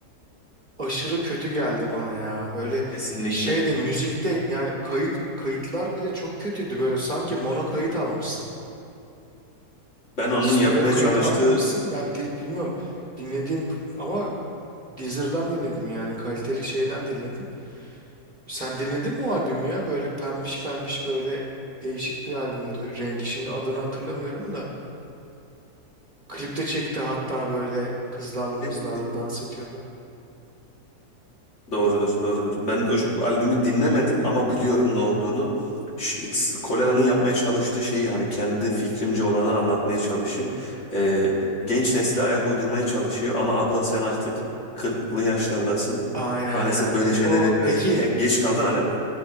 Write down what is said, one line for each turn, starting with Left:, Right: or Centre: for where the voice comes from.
Right: aşırı kötü geldi bana ya. Böyle
Left: Kesinlikle.
Right: şeyde müzikte ya kayıt kayıtlar bile çok kötüydü böyle. Sanki mono kayıt almışsın. Böyle
Left: Ben onun
Right: stereo
Left: yapmaya
Right: kayıt
Left: çalıştığı
Right: almamışsın. Ben di- bilmiyorum dinlediğim p- ama Deezer'dan dinledim yani kaliteli şeyden dinledim. Sen dinledin mi o albümü ya? Böyle pembiş pembiş böyle değişik bir albümdü rengi. Şimdi adını hatırlamıyorum da. Klipte çekti hatta böyle kızlarla
Left: Din-
Right: mızlarla dans ediyordu.
Left: doğrudur, doğrudur. Ben o ş- albümü dinlemedim ama biliyorum ne olduğunu. Ş- s- Kolera'nın yapmaya çalıştığı şeyi yani kendi fikrimce olanı anlatmaya çalışayım. Ee, genç nesile ayak uydurmaya çalışıyor ama abla sen artık 40'lı yaşlardasın.
Right: Aynen
Left: Maalesef
Right: aynen.
Left: böyle şeylere
Right: O
Left: biraz
Right: peki
Left: ge- geç kaldın hani